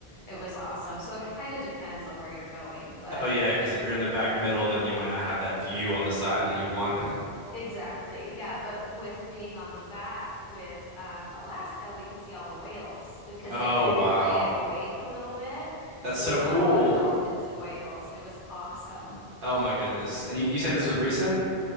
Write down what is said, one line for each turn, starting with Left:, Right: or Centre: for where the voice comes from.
Left: it was awesome. So it kind of depends on where you're going, but
Right: Oh yeah, because if you're in the back middle, then you might not have that view on the side that you want. <laughs>
Left: exactly, yeah. But with being on the back with um, Alaska, we could see all the whales because
Right: Oh
Left: they kind
Right: wow,
Left: of play in the wake a little bit.
Right: that's
Left: So
Right: so
Left: we
Right: cool.
Left: saw a lot of dolphins and whales. It was awesome.
Right: Oh my goodness. And you, you said this was recent?